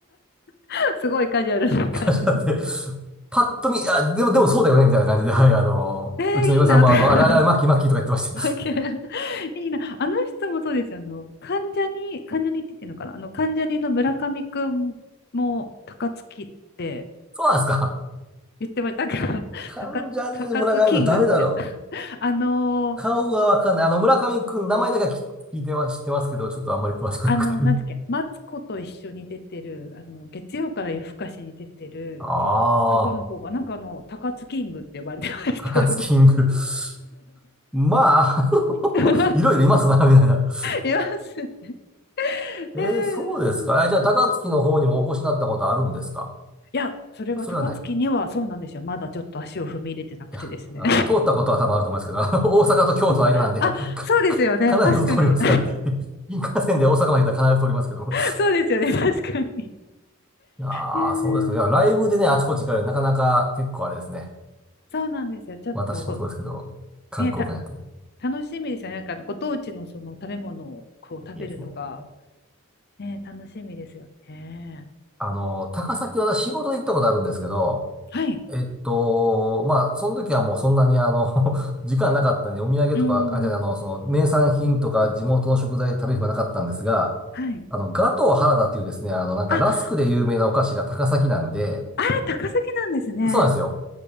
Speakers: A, on the left; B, in the centre.
A: ー、<laughs> すごいカジュアルな感じです。
B: <laughs> だってパッと見、あ、でも、でもそうだよね、みたいな感じで、はい、あの、
A: えー、
B: うちの嫁さんも、
A: いいなとか。
B: あの、あれあれ、あれマッキーマッキーとか言ってました。
A: <laughs> バケン
B: <laughs>
A: <laughs> いいな。あの人もそうですよ。あの、関ジャニ、関ジャニって言ってるのかなあの、関ジャニの村上くんも、高槻って
B: そうなんですか。
A: 言ってました。なんか、<laughs>
B: 関ジャニの村上君誰だろう。
A: 高、高津キングって。あのー
B: 顔がわかんない。あの、村上君、名前だけは聞聞いては知ってますけど、ちょっとあんまり詳しくなくて。
A: あの、
B: <laughs>
A: なんだっけ、マツコと一緒に出てる、あの、月曜から夜更かしに出てる
B: ああ、
A: 男の子が、なんかあの、高津キングって呼ばれてましたよ。
B: 高津キング。<laughs> まあ、あの
A: <laughs>
B: <laughs> いろいろいますな、みたいな。<laughs>
A: います。<laughs> ねえ
B: えーそうですか。えじゃあ、高槻の方にもお越しになったことあるんですか
A: いや、それが高槻にはそうなんですよ。
B: それはない。
A: まだちょっと足を踏み入れてなくてですね。
B: いや、あの、通ったことは多分あると思うんですけど、<laughs> あの大阪と京都の間なんで、
A: <laughs> あ、
B: か、か、
A: そうですよね。
B: 必ず通ります。
A: 確かに。
B: はい <laughs> 新幹線で大阪まで行ったら必ず通りますけど。
A: <laughs> そうですよね、確かに。
B: いやー、
A: <laughs> うん
B: そうですか。いや、ライブでね、あちこち行かれる、なかなか結構あれですね。
A: そうなんですよ。ちょっとご、
B: 私もそうですけど、観光館やってる。
A: ね、た、楽しみですよね。なんかあのご当地のその食べ物をこう食べるのが、
B: いいですね。
A: ね、楽しみですよね。
B: あの、高崎は私仕事で行ったことあるんですけど、
A: はい。
B: えっと、まあ、その時はもうそんなにあの、<laughs> 時間なかったんで、お土産とか、
A: うーん。
B: あ、じゃあ、あの、その、名産品とか地元の食材食べる暇なかったんですが、
A: はい。
B: あの、ガトー原田っていうですね、あの、なんかラスクで有名なお菓子が高崎なんで、
A: あ、あれ高崎なんですね。
B: そうなんですよ。